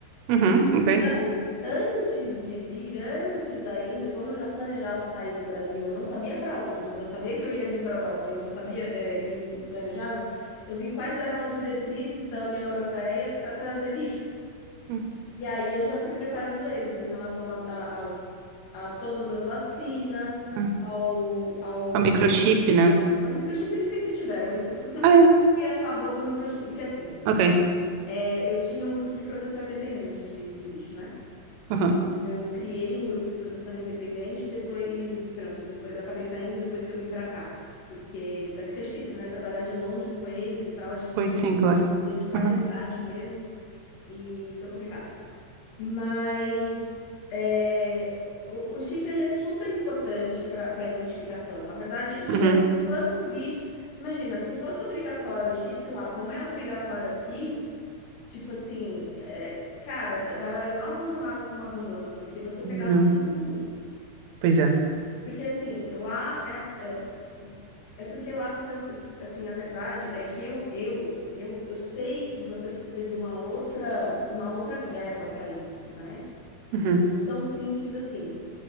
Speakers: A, on the right; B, on the left.
A: Uhum. Ok.
B: An- Antes de vir, antes ainda, como eu já planejava sair do Brasil, eu não sabia para onde, mas eu sabia que eu ia vir para a Europa e não sabia, é, e planejava, eu vi quais eram as diretrizes da União Europeia para trazer bicho.
A: Hum.
B: E aí eu já fui preparando eles em relação a, a, a- a todas as vacinas,
A: Ah,
B: ao, ao...
A: O microchip, né?
B: No microchip eles sempre tiveram isso, porque eu sempre
A: Ah, é.
B: fui a favor do microchip, porque assim,
A: Ok.
B: é, eu tinha um grupo de proteção independente de, de bicho, né?
A: Aham.
B: Eu criei um grupo de proteção independente e depois e pronto, depois eu acabei saindo depois que eu vim pra cá, porque daí fica difícil, né? Trabalhar de longe com eles e tal, a gente precisa
A: Pois sim, claro.
B: de gente para
A: Aham.
B: resgate mesmo e foi complicado. Mas é, o, o chip ele é super importante para para identificação, a verdade. E
A: Uhum.
B: é quanto bicho, imagina, se fosse obrigatório o chip lá, como é obrigatório aqui? Tipo assim, é, cara, a galera não abandonava como abandona, porque você pegava
A: Não.
B: todo mundo.
A: Pois é.
B: Porque assim, lá é, é, é porque lá acontece, assim, a verdade é que eu, eu, eu, eu sei que você precisa de uma outra, uma outra verba para isso, né?
A: Uhum.
B: Que não é tão simples assim.